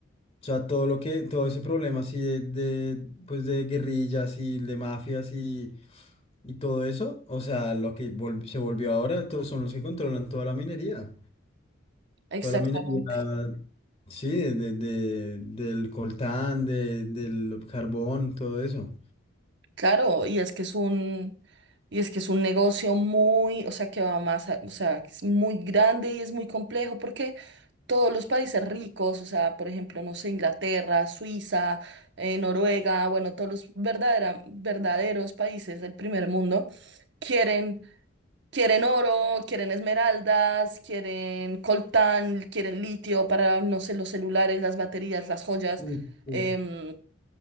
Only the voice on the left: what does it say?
O sea, todo lo que, todo ese problema así de, de, pues de guerrillas y de mafias y, y todo eso, o sea, lo que vol- se volvió ahora, todos son los que controlan toda la minería.
Toda la minería, sí, de, de- del coltán, de, del carbón, todo eso.
Sí, sí,